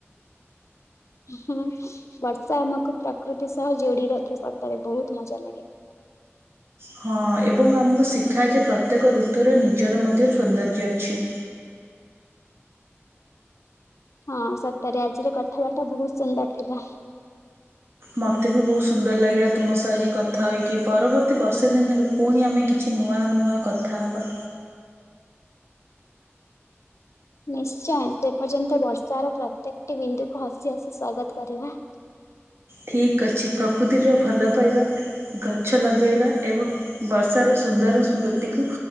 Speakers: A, on the left (about 80°); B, on the right (about 60°).
A: ହୁଁ, ବର୍ଷା ଆମକୁ ପ୍ରକୃତି ସହ ଯୋଡି ରଖେ ସତରେ ବହୁତ ମଜା ଲାଗେ।
B: ହଁ, ଏବଂ ଆମକୁ ଶିଖାଏ ଯେ, ପ୍ରତ୍ୟେକ ଋତୁର ନିଜର ମଧ୍ୟ ସୌନ୍ଦର୍ଯ୍ୟ ଅଛି।
A: ହଁ, ସତରେ ଆଜିର କଥାବାର୍ତ୍ତା ବହୁତ ସୁନ୍ଦର ଥିଲା।
B: ମୋତେ ବି ବହୁତ ସୁନ୍ଦର ଲାଗିଲା ତୁମ ସହ ଆଜି କଥା ହୋଇକି। ପରବର୍ତ୍ତୀ ବର୍ଷା ଦିନରେ ପୁଣି ଆମେ କିଛି ନୂଆ ନୂଆ କଥା ହବା।
A: ନିଶ୍ଚୟ! ସେ ପର୍ଯ୍ୟନ୍ତ ବର୍ଷାର ପ୍ରତ୍ୟେକଟି ବିନ୍ଦୁକୁ ହସି ହସି ସ୍ଵାଗତ କରିବା।
B: ଠିକ୍ ଅଛି ପ୍ରକୃତିରୁ ଭଲ ପାଇବା, ଗଛ ଲଗାଇବା, ଏବଂ ବର୍ଷାର ସୁନ୍ଦର ସ୍ମୃତିକୁ